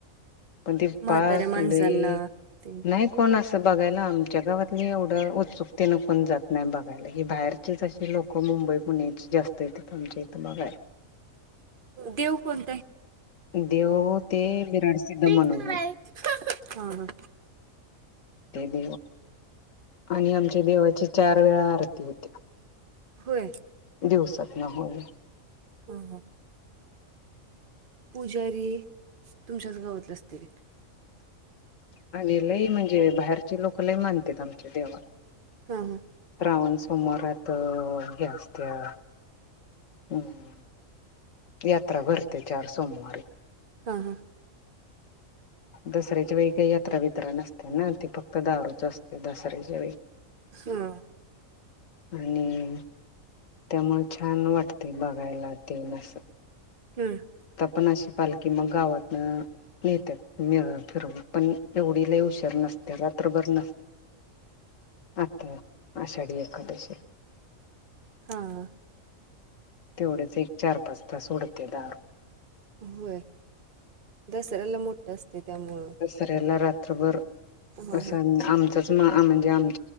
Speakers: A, on the left; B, on the right.
A: पण तेी
B: म्हाताऱ्या
A: पाक
B: माणसांना
A: दही
B: ते
A: नाही कोण असं बघायला आमच्या गावातली एवढं उत्सुकतेनं कोण जात नाही बघायला ही बाहेरचेच असे लोक मुंबई पुण्याची जास्त यथे आमच्या इथं बघा
B: देव कोणता आहे
A: देव ते विराट सिद्ध म्हणून
B: कराय
A: आहे
B: हा ह
A: तेब आणि आमच्या देवाची चार वेळा आरती होती्या
B: हो
A: देऊ शत न हो
B: ह हां पुजारी तुमच्याच गावातले असतील
A: आणि लई म्हणजे बाहेरचे लोक लय मानतात आमच्या देव
B: हा हां
A: रावण सोमारात घ्या असत्या हम् यात्रा भरते चार सोमवारी
B: हा हा
A: दसऱ्याच्या वेळी काही यात्रा बित्रा नसते ना ती फक्त दारूच असते दसऱ्याच्या वेळी
B: हा
A: आणि त्यामु छान वाटते बघायला ते मस
B: हम्
A: पणा अशी पालखी मग गावातन ेत फिर पण एवढीला हुशार नसते रात्रभर न आता आषाढी एकादशीला
B: हा
A: तेवढेच एक चार पाच तास उडते दार
B: होय दसऱ्याला मोठा असते त्यामु
A: ऱ्याला रात्रभर
B: हा
A: अस
B: हा
A: आम म्हणजे आम